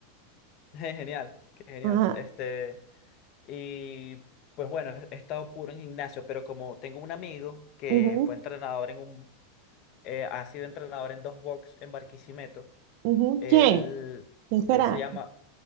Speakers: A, on the left (about 35°); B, on the right (about 45°).
A: <laughs> qué genial, qué genial.
B: Ajá,
A: Este, y pues bueno, he estado puro en gimnasio, pero como tengo un amigo que
B: ujú,
A: fue entrenador en un, eh, ha sido entrenador en dos box en Barquisimeto,
B: ujú.
A: él,
B: ¿Quién? ¿Quién será?
A: él se llama,